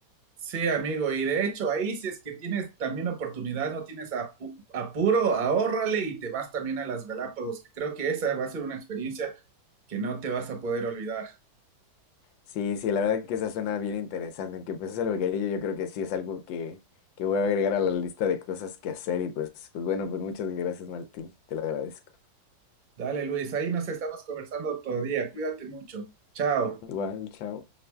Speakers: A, on the right (about 40°); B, on the left (about 80°).
A: Sí, amigo, y de hecho ahí si es que tienes también oportunidad, no tienes apu- apuro, ahórrale y te vas también a las Galápagos, que creo que esa va a ser una experiencia que no te vas a poder olvidar.
B: Sí, sí, la verdad que esa suena bien interesante. Aunque pues es algo que yo yo creo que sí es algo que, que voy a agregar a la lista de cosas que hacer. Y pues, pues bueno, pues muchas gracias, Martín. Te lo agradezco.
A: Dale, Luis, ahí nos estamos conversando todavía, cuídate mucho. Chao.
B: Igual, chao.